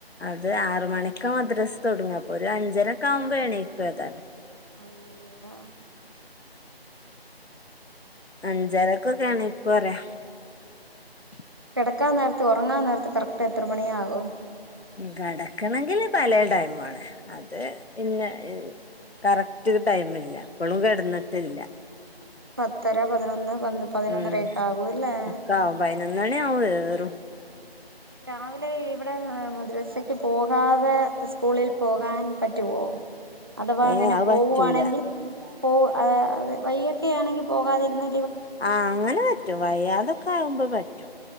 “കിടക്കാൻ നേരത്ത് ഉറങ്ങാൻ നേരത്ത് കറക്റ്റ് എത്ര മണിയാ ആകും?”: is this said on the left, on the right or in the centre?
Right